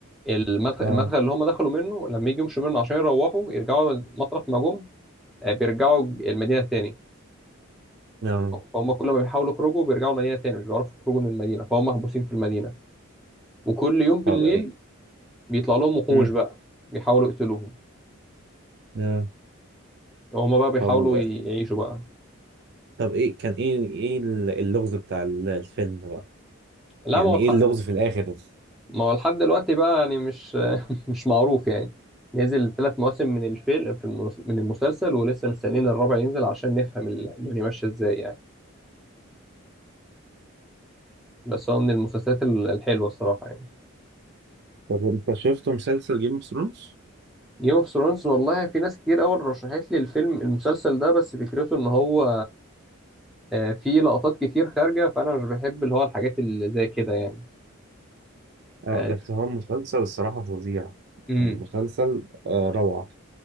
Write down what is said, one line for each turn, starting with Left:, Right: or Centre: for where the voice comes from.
Centre: المدخل
Right: اه
Centre: المدخل اللي هم دخلوا منه لما يجي يمشوا منه عشان يروحوا يرجعوا مطرح ما جم آه بيرجعوا المدينة تاني
Right: اه
Centre: فهم كل ما بيحاولوا يخرجوا بيرجعوا المدينة تاني مش بيعرفوا يخرجوا من المدينة فهم محبوسين في المدينة وكل يوم بالليل
Right: طب ايه
Centre: بيطلع لهم وحوش
Right: امم
Centre: بقى بيحاولوا يقتلوهم
Right: اه
Centre: وهم بقى بيحاولوا
Right: طب و-
Centre: يعيشوا بقى
Right: طب ايه كان ايه ايه اللغز بتاع الفيلم بقى
Centre: لا
Right: يعني
Centre: ما هو الح...
Right: ايه اللغز في الاخر ده
Centre: ما هو لحد دلوقتي بقى يعني مش <laughs> مش معروف يعني نزل ثلاث مواسم من الفيلم في المس... من المسلسل ولسه مستنيين الرابع ينزل عشان نفهم الدنيا ماشيه ازاي يعني بس هو من المسلسلات ال- الحلوه الصراحه يعني
Right: طب انت شفت مسلسل جيم اوف ثرونز؟
Centre: جيم اوف ثرونز والله في ناس كتير قوي رشحت لي الفيلم المسلسل ده بس فكرته ان هو آه، فيه لقطات كتير خارجه فانا مش بحب اللي هو الحاجات اللي زي كده يعني
Right: اه
Centre: ف...
Right: بس هو مسلسل الصراحة فظيع يعني
Centre: امم
Right: المسلسل آه روعة